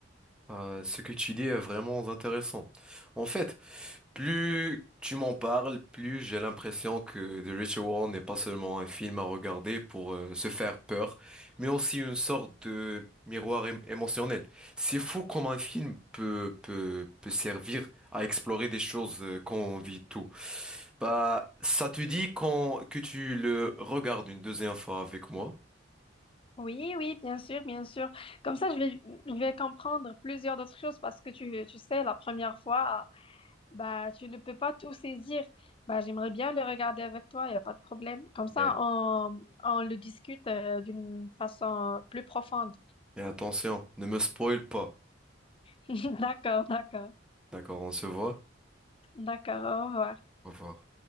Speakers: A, in the centre; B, on the left.
A: Euh, ce que tu dis est vraiment intéressant. En fait, Plus tu m'en parles, plus j'ai l'impression que The Ritual n'est pas seulement un film à regarder pour euh, se faire peur, mais aussi une sorte de miroir ém- émotionnel. C'est fou comment un film peut, peut, peut servir à explorer des choses euh, qu'on vit tout. Bah, ça te dit quand, que tu le regardes une deuxième fois avec moi.
B: Oui, oui, bien sûr, bien sûr. Comme ça, je vais, je vais comprendre plusieurs d'autres choses parce que tu, tu sais, la première fois, Bah, tu ne peux pas tout saisir. Bah, j'aimerais bien le regarder avec toi, il n'y a pas de problème. Comme ça,
A: Mais,
B: on, on le discute euh, d'une façon plus profonde.
A: mais attention, ne me spoil pas.
B: <laughs> D'accord, d'accord,
A: D'accord, on se voit.
B: d'accord, au revoir.
A: Au revoir.